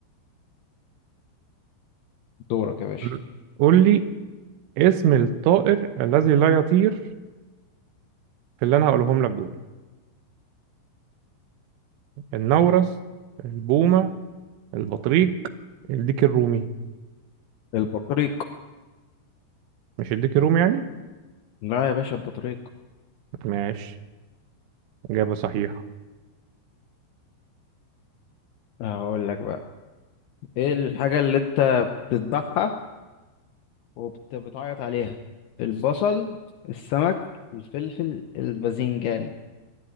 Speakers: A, on the left; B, on the right.
A: دورك يا باشا
B: مم. قول لي اسم الطائر الذي لا يطير في اللي انا هقولهم لك دول النورس البومة البطريق الديك الرومي
A: البطريق
B: مش الديك الرومي يعني
A: لا يا باشا البطريق
B: ماشي إجابة صحيحة
A: هقول لك بقى ايه الحاجة اللي انت بتذبحها وبتعيط عليها البصل السمك الفلفل الباذنجان